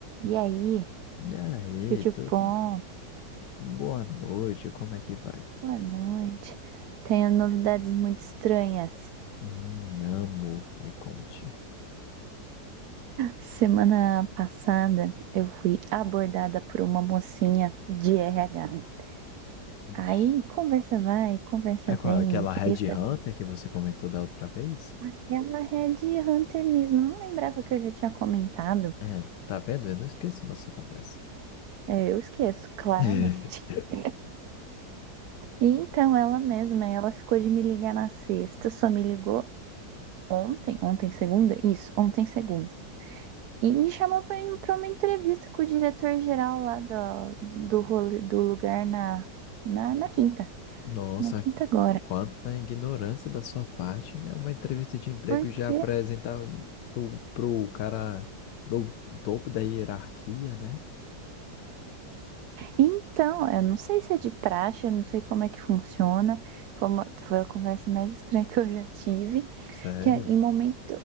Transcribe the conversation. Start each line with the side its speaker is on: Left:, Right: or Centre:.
Right: E aí,
Left: E aí,
Right: Tchutchupom,
Left: tudo? Boa noite, como é que vai?
Right: boa noite. Tenho novidades muito estranhas.
Left: Hum, amo, me conte.
Right: Semana passada eu fui abordada por uma mocinha de RH.
Left: Ixi.
Right: Aí conversa vai, conversa
Left: É qual-
Right: vem,
Left: aquela
Right: queria
Left: Red
Right: saber
Left: Hunter que você comentou da outra vez?
Right: que ela é de Hunter mesmo. Não lembrava que eu já tinha comentado.
Left: É, tá vendo? Eu não esqueço nossa conversa.
Right: É, Eu esqueço, claramente.
Left: <laughs>
Right: <laughs> E Então ela mesma, ela ficou de me ligar na sexta, só me ligou ontem, ontem segunda? Isso, ontem segunda. E me chamou pra ir pra uma entrevista com o diretor-geral lá do, do, rolê- do lugar na, na, na quinta.
Left: Nossa,
Right: Na quinta agora.
Left: quanta ignorância da sua parte. É uma entrevista de emprego
Right: Porque
Left: já apresentar pro, pro cara do topo da hierarquia, né?
Right: Então, eu não sei se é de praxe, eu não sei como é que funciona. Foi, uma- foi a conversa mais estranha que eu já tive.
Left: Sério?
Right: Que é, em momento,